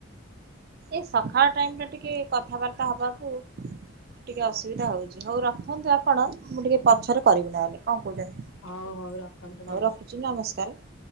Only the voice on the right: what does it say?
ଏ ସକାଳ ଟାଇମ ଟା ଟିକେ କଥାବାର୍ତ୍ତା ହବାକୁ ଟିକେ ଅସୁବିଧା ହଉଛି ହଉ ରଖନ୍ତୁ ଆପଣ ମୁଁ ଟିକେ ପଛରେ କରିବି ନହେଲେ, କଣ କହୁଛନ୍ତି?
ହଉ ରଖୁଛି ନମସ୍କାର।